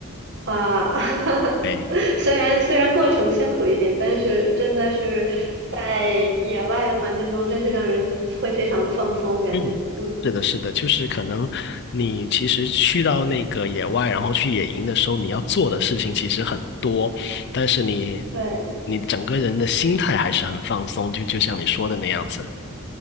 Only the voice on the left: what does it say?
哎，
嗯，
是的，是的，就是可能你其实去到那个野外，然后去野营的时候，你要做的事情其实很多，但是你
你整个人的心态还是很放松，就就像你说的那样子。